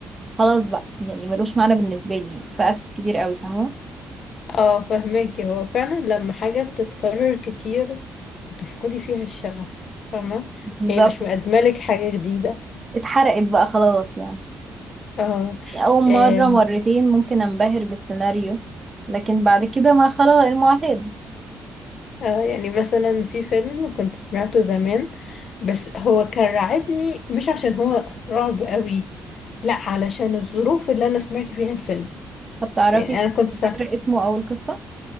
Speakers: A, on the right; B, on the left.
A: خلاص بقى يعني ملوش معنى بالنسبة لي اتفقست كتير قوي فاهمة
B: اه فهماكي هو فعلا لما حاجة بتتكرر كتير بتفقدي فيها الشغف فاهمة
A: بالظبط
B: هي مش مقدملك حاجة جديدة
A: اتحرقت بقى خلاص يعني
B: اه
A: أول
B: آم،
A: مرة مرتين ممكن أنبهر بالسيناريو لكن بعد كده ما خلاص المعتاد
B: اه يعني مثلا في فيلم كنت سمعته زمان بس هو كان رعبني مش عشان هو رعب قوي لا علشان الظروف اللي انا سمعت فيها الفيلم
A: طب تعرفي
B: يعني انا كنت سا...
A: فاكرة اسمه أو القصة؟